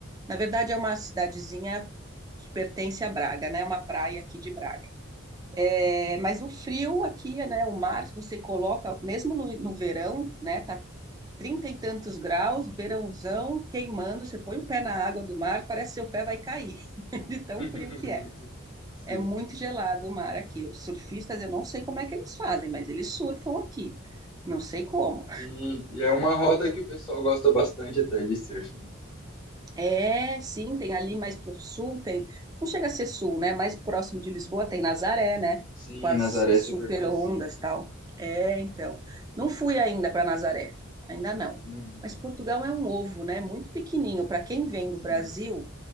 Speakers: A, on the right (about 20°); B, on the left (about 15°).
A: Na verdade, é uma cidadezinha que pertence a Braga, né? É Uma praia aqui de Braga. É, mas o frio aqui, né? O mar, se você coloca, mesmo no, no verão, né? Tá trinta e tantos graus, verãozão, queimando. Você põe o pé na água do mar, parece que seu pé vai cair, <laughs> de tão
B: <laughs>
A: frio que é.
B: Sim,
A: É muito gelado o mar aqui. Os surfistas, eu não sei como é que eles fazem, mas eles surfam aqui. Não sei como.
B: sim. E é uma rota que o pessoal gosta bastante até de surf, né?
A: É, sim, tem ali mais para o sul, tem. Não chega a ser sul, né? Mais próximo de Lisboa tem Nazaré, né?
B: Sim,
A: Com as
B: Nazaré
A: super
B: é super conhecido.
A: ondas
B: assim.
A: e tal. É, então. Não fui ainda para Nazaré, ainda não.
B: Uhum.
A: Mas Portugal é um ovo, né? Muito pequenininho. Para quem vem do
B: Sim,
A: Brasil,